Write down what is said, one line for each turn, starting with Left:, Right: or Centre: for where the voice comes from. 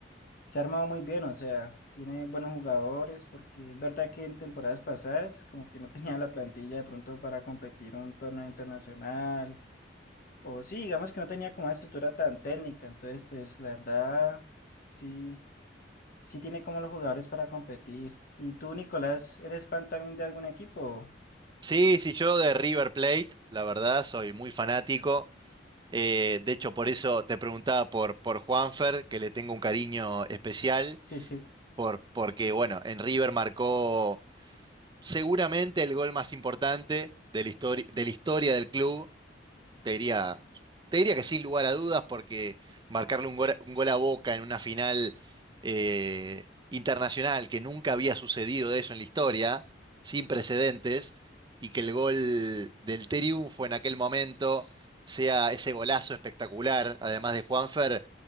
Left: se ha armado muy bien, o sea, tiene buenos jugadores, porque es verdad que en temporadas pasadas como que no tenía la plantilla de pronto para competir un torneo internacional O sí, digamos que no tenía como una estructura tan técnica, entonces pues la verdad sí, sí tiene como los jugadores para competir. ¿Y tú, Nicolás, eres fan también de algún equipo?
Right: Sí, sí, yo de River Plate, la verdad, soy muy fanático. Eh, de hecho, por eso te preguntaba por, por Juanfer, que le tengo un cariño especial,
Left: <laughs>
Right: por, porque, bueno, en River marcó. seguramente el gol más importante de la, histori- de la historia del club. Te diría, te diría que sin lugar a dudas, porque marcarle un gol, a- un gol a Boca en una final eh, internacional que nunca había sucedido de eso en la historia, sin precedentes, y que el gol del triunfo en aquel momento sea ese golazo espectacular, además de Juanfer,